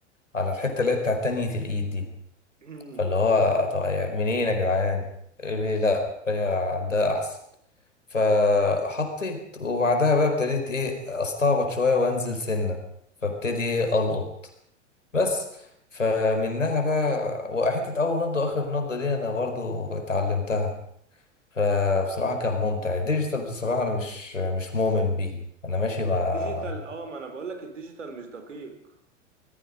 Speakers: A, on the left; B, on the right.
A: على الحته اللي هي بتاعت تانية الايد دي
B: امم
A: فاللي هو طب يا- منين يا جدعان قال لي لا هي عندها احسن فحطيت وبعدها بقى ابتديت ايه استعبط شويه وانزل سنه فابتدي ايه القط بس فمنها بقى وحته اول نبضه واخر نبضه دي انا برضو اتعلمتها فبصراحه كان ممتع الديجيتال بصراحه انا مش مش مؤمن بيه انا ماشي مع
B: الديجيتال اه ما انا بقولك الديجيتال مش دقيق